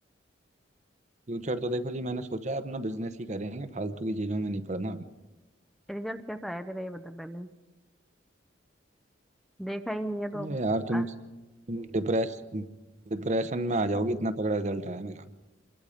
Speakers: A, on the right; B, in the centre.
A: फ्यूचर तो देखो जी मैंने सोचा है अपना बिजनेस ही करेंगे फालतू की चीजों में नहीं पढ़ना
B: रिजल्ट कैसा आया तेरा ये बता पहले देखा ही नहीं है तो
A: अरे यार तुम
B: आ,
A: तुम डिप्रेस डिप्रेशन में आ जाओगी इतना तगड़ा रिजल्ट आया मेरा